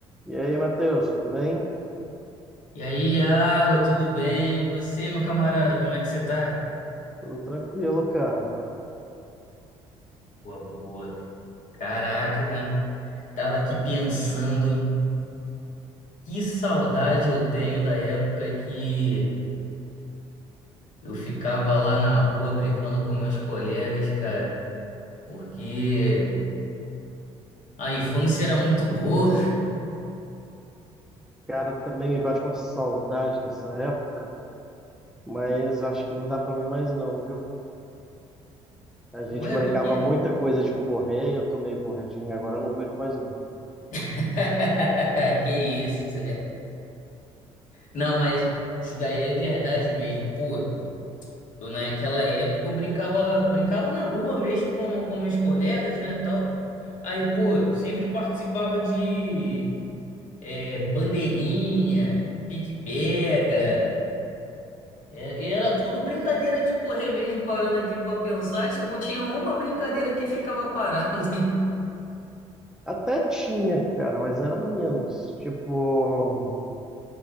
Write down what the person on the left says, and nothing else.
E aí, Iago, tudo bem? E você, meu camarada, como é que você tá?
Boa, boa. Caraca, tava aqui pensando, que saudade eu tenho da época que eu ficava lá na rua brincando com meus colegas, cara, porque a infância era muito boa.
<laughs>
Ué,
por quê?
<laughs> Que isso? <laughs> Não, mas isso daí é verdade mesmo, pô. Eu, Naquela época eu brincava, brincava na rua mesmo com, com meus colegas, né, tal. Aí, pô, sempre participava de é, bandeirinha, pique-pega. É, e era tudo brincadeira de correr mesmo, parando aqui pra pensar. Acho que não tinha uma brincadeira que ficava parado. <laughs>